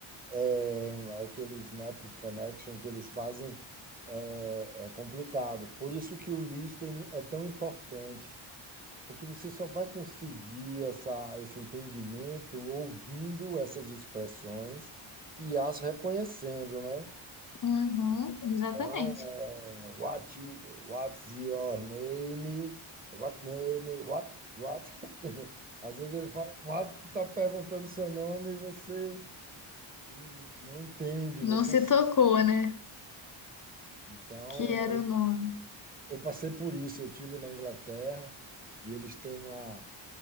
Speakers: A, on the right; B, on the left.
A: É, aquele snap connection que eles fazem é, é complicado. Por isso que o listening é tão importante. Porque você só vai conseguir essa, esse entendimento ouvindo essas expressões e as reconhecendo, né?
B: Uhum, exatamente.
A: Então, é, what, i- what's your name? What name? What? What? <laughs> Às vezes ele fala, what, está perguntando seu nome e você hum, não entende,
B: Não
A: você...
B: se
A: s-
B: tocou, né?
A: Então,
B: Que
A: eu,
B: era o nome.
A: eu passei por isso. Eu tive na Inglaterra e eles têm uma